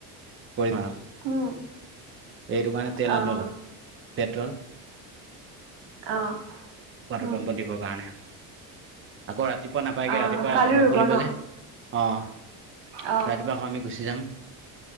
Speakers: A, on the right; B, on the right.
A: কৰিম আৰু।
B: উম।
A: এইটো কাৰণে তেল
B: অ',
A: আনিলোঁ অলপ পেট্ৰল।
B: অ'।
A: ৱাটাৰ
B: উম,
A: পাম্প পাতিব কাৰণে। আকৌ ৰাতিপুৱা নাপায়গে
B: অ',
A: ৰাতিপুৱা
B: কালি
A: নুখুলিব
B: ৰুব ন?
A: যে। অঁ',
B: অ',
A: ৰাতিপুৱা আকৌ আমি গুচি যাম।